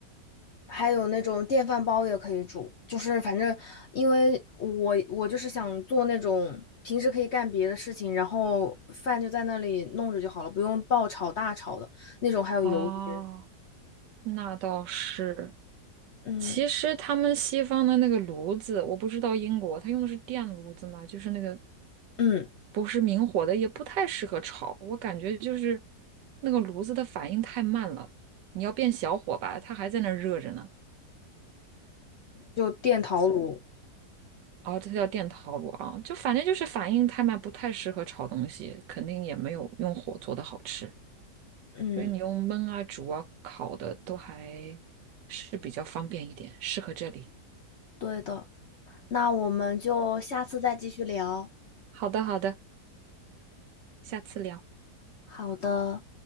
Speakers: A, on the left; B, on the right.
A: 还有那种电饭煲也可以煮，就是反正因为我我就是想做那种平时可以干别的事情，然后饭就在那里弄着就好了，不用爆炒大炒的那种，还有油烟。
B: 啊，那倒是。
A: 嗯
B: 其实他们西方的那个炉子，我不知道英国，他用的是电炉子吗？就是那个
A: 嗯，
B: 不是明火的，也不太适合炒。我感觉就是那个炉子的反应太慢了，你要变小火吧，它还在那儿热着呢。
A: 就电陶炉。
B: 哦，这叫电陶炉啊，就反正就是反应太慢，不太适合炒东西，肯定也没有用火做的好吃。
A: 嗯，
B: 所以你用焖啊、煮啊、烤的都还是比较方便一点，适合这里。
A: 对的。那我们就下次再继续聊。
B: 好的，好的，下次聊。
A: 好的。